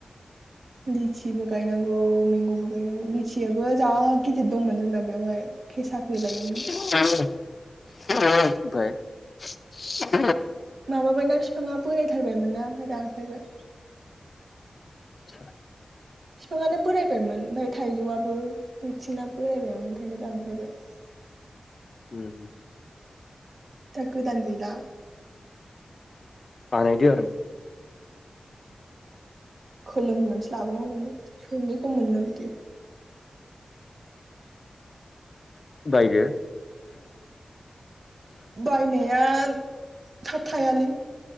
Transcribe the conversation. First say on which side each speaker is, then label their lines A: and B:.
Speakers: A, on the right (about 65°); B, on the left (about 50°).
A: लिचिबो गायनांगौ मैगंबो गायनांगौ लिचियाबो जा गिदिर दंमोन जोंना बेवहाय फेसा
B: <unintelligible>
A: फैलायोमोन
B: ओमफाय <unintelligible>
A: माबाबायना फिफाङा बोरायथारबायमोन ना ओमफफाय दानफायबाय
B: <unintelligible>
A: बिफाङानो बोरायबायमोन ओमफफाय थाइजौआबो बैथिंआ बोरायबायमोन ओंखायनो दानफायबाय
B: हम
A: दा गोदान गैला
B: बानायदो
A: खोलोम होनानैसो लाबोनांगौमोन सोरनिखौ मोननो बिदि
B: बायदो
A: बायनाया थाब थायालै